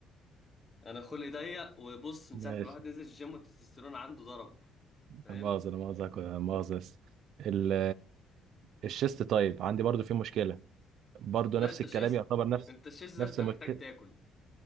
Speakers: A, on the left; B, on the right.
A: انا خلقي ضيق وبص من
B: ماشي
A: ساعه ما الواحد نزل الجيم والتستوستيرون عنده ضرب فاهم
B: لا مؤاخذة لا مؤاخذة كنت- لا مؤاخذة بس ال- الشيست طيب عندي برضو في مشكلة برضو
A: لا
B: نفس
A: انت
B: الكلام
A: شيست
B: يعتبر نفس
A: انت الشيست
B: نفس
A: ده انت
B: المشكلة
A: محتاج تاكل